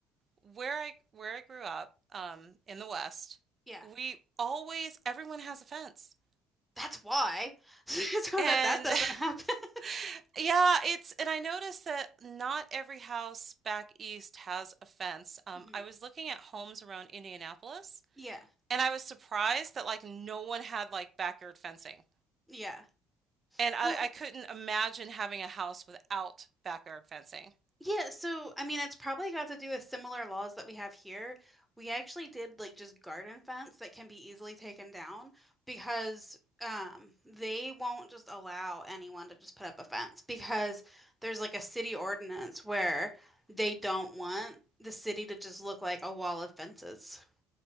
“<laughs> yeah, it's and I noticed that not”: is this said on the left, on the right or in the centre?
Right